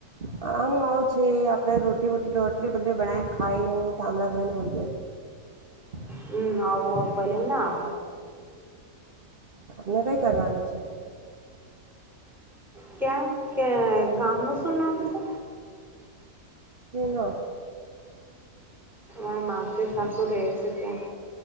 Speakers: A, on the right; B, in the centre.
A: આમ આવ આપણે રોલી રોટલી બટલી બનાવીને ખાઈને તામડા ધોઈને હોય જાય.
B: હમ આવું ભલે ના.
A: આપમને કંઈ કરવાનું છે.
B: ક્યા ગામ ન શું નામ છે.
A: તીન <unintelligible>
B: અર માસે શશું રહે છે ત્યાં